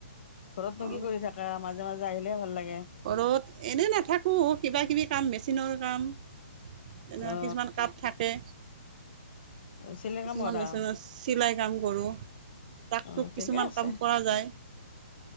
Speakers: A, on the left; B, on the right.
A: ঘৰত'নো
B: অ
A: কি কৰি থাকা? মাজে মাজে জে আহিলে ভাল লাগে।
B: ঘৰত, এনেই নাথাকোঁ কিবা কিবি কাম মেচিনৰ কাম, তেনেকুৱা
A: অ
B: কিছুমান কাম থাকে।
A: চিলাই
B: কিছুমান
A: কাম কৰা
B: মেচিনত চিলাই কাম কৰোঁ তাকটোক
A: অ ঠিকে
B: কিছুমান
A: আছে
B: কাম কৰা যায়